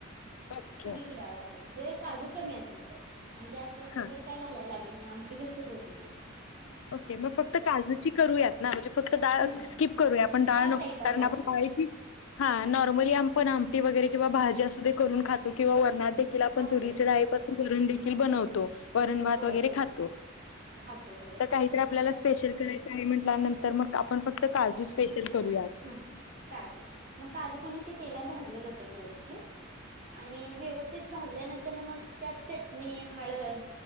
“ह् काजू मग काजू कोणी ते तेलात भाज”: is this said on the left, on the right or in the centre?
Right